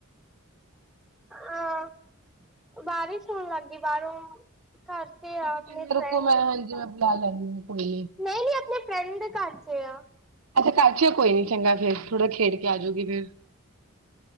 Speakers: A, in the centre; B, on the right (about 80°).
A: ਹਾਂ ਬਾਰਿਸ਼ ਹੋਣ ਲੱਗ ਗਈ ਬਾਹਰੋਂ ਘਰ ਤੇ ਆ
B: ਤੁਸੀਂ
A: ਆਪਣੇ ਫਰੈਂਡ
B: ਰੁਕੋ ਉਸ ਨੂੰ ਬਾਹਰੋਂ ਬੁਲਾ ਲਿਆਦੀ ਆ ਦੇ ਰੱਖੋ ਮੈਂ ਹਾਂਜੀ ਮੈਂ ਬੁਲਾ ਲੈਂਦੀ ਹਾਂ ਕੋਈ
A: ਨਹੀਂ ਨਹੀਂ ਆਪਣੇ ਫਰੈਂਡ ਦੇ ਘਰ ਚ ਆ
B: ਅੱਛਾ ਘਰ ਚ ਕੋਈ ਨੀ ਚੰਗਾ ਫੇਰ ਥੋੜਾ ਖੇਡ ਕੇ ਆ ਜਾਊਗੀ ਫੇਰ।